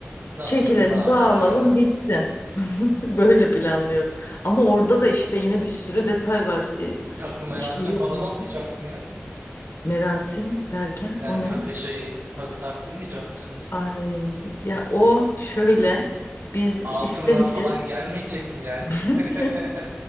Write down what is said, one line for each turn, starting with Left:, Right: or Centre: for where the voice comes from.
Right: Nasılsın?
Left: Çekilelim,
Right: Ne haber?
Left: dağılalım,
Right: Aynen.
Left: bitsin. <laughs> Böyle planlıyoruz. Ama orada da işte yine bir sürü detay var. Ee,
Right: Takı merasim
Left: İşte yok
Right: falan olmayacak mı ya?
Left: merasim derken
Right: Yani
Left: o
Right: takı
Left: ne?
Right: şeyi takı taktırmayacak mısınız?
Left: Ay, ya o şöyle biz
Right: Altınlar
Left: istemeyeceğiz.
Right: falan gelmeyecek mi yani?
Left: <laughs>
Right: <laughs>